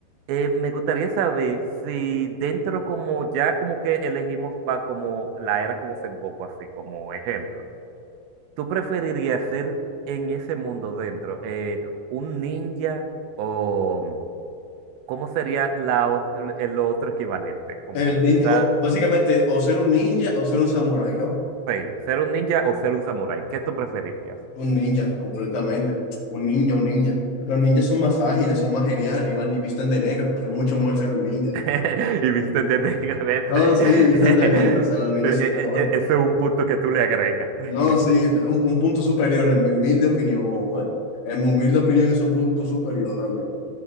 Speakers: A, on the right; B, on the left.
A: Eh, me gustaría saber si dentro como ya como que elegimos va como la era como Sengoku, así como ejemplo, ¿tú preferirías ser en ese mundo dentro eh, un ninja o cómo sería la ot- el otro equivalente? Como
B: el ninja,
A: quizás,
B: o- básicamente, o ser un ninja o ser un samurái, ¿no?
A: sí, ser un ninja o ser un samurái, ¿qué tú preferirías?
B: Un ninja, completamente. Un ninja, un ninja. Los ninjas son más ágiles, son más geniales y van y visten de negro. Es mucho mejor ser un ninja.
A: <laughs> Y viste, ¿entiendes? que <laughs>
B: No, sí, visten de negro, o sea, los ninjas
A: Eh,
B: son
A: eh,
B: mejores.
A: eh, <laughs> Ese es un punto que tú le agregas. <laughs>
B: No, sí, un, un punto superior, en mi humilde opinión, ojo, ¿eh? En mi humilde opinión es un punto superior realmente.